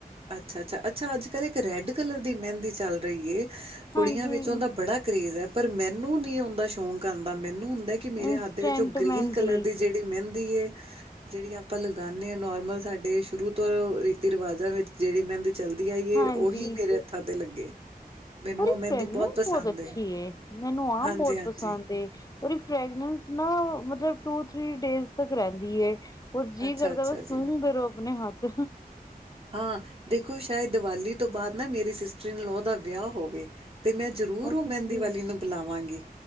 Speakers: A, on the right; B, on the left.
A: ਅੱਛਾ- ਅੱਛਾ, ਅੱਛਾ, ਅੱਜ ਕੱਲ ਇੱਕ ਰੈੱਡ ਕਲਰ, ਦੀ ਮਹਿੰਦੀ ਚੱਲ ਰਹੀ। ਕੁੜੀਆਂ
B: ਹਾਂਜੀ
A: ਵਿੱਚ, ਉਹਦਾ ਬੜਾ ਕਰੇਜ ਹੈ। ਪਰ ਮੈਨੂੰ ਨੀ ਆਉਂਦਾ ਸ਼ੌਕ, ਆਉਂਦਾ ਮੈਨੂੰ ਹੁੰਦਾ। ਕਿ ਮੇਰੇ
B: ਇੰਸਟੈਂਟ
A: ਹੱਥ, ਦੇ ਵਿੱਚ ਉਹ
B: ਮਹਿੰਦੀ
A: ਗ੍ਰੀਨ ਕਲਰ, ਦੀ ਜਿਹੜੀ ਦੀ ਮਹਿੰਦੀ ਏ। ਜਿਹੜੀ ਆਪਾਂ ਲਗਾਾਨਦੇ ਹਾ, ਨੋਰਮਲ ਸਾਡੇ ਸ਼ੁਰੂ ਤੋਂ। ਰਿਵਾਜ਼ਾਂ ਵਿੱਚ, ਜਿਹੜੀ ਮਹਿੰਦੀ ਚੱਲਦੀ ਆਈਏ।
B: ਹਾਂਜੀ
A: ਉਹੀ ਮੇਰੇ ਹੱਥਾਂ ਤੇ ਲੱਗੇ। ਮੈਨੂੰ
B: ਉਹਦੀ
A: ਉਹ ਮਹਿੰਦੀ
B: ਫਰੈਗਨੈਂਸ
A: ਪਸੰਦ
B: ਬਹੁਤ ਅੱਛੀ ਏ। ਮੈਨੂੰ ਆਪ
A: ਹਾਂਜੀ-ਹਾਂਜੀ,
B: ਬਹੁਤ ਪਸੰਦ ਏ। ਉਹਓ ਫਰੈਗਨੈਂਸ ਨਾ, ਮਤਲਬ ਟੂ, ਥਰੀ ਡੇਜਸ ਤਕ ਰਹਿੰਦੀ ਆ। ਹੋਰ ਜੀਅ
A: ਅੱਛਾ-ਅੱਛਾ
B: ਕਰਦਾ, ਬ ਸੁੰਘਦੇ
A: ਜੀ।
B: ਰਹੋ, ਆਪਣੇ ਹੱਥ।
A: ਹਾਂ, ਦੇਖੋ ਸ਼ਾਇਦ, ਦੀਵਾਲੀ ਤੋਂ ਬਾਅਦ ਨਾ, ਮੇਰੀ ਸਿਸਟਰ ਇਨ ਲੋਅ ਦਾ, ਵਿਆਹ ਹੋਵੇ। ਤੇ ਮੈਂ ਜ਼ਰੂਰ
B: ਅੱਛਾ
A: ਉਹ ਮਹਿੰਦੀ
B: ਜੀ
A: ਵਾਲੀ ਨੂੰ, ਬੁਲਾਵਾਂਗੀ।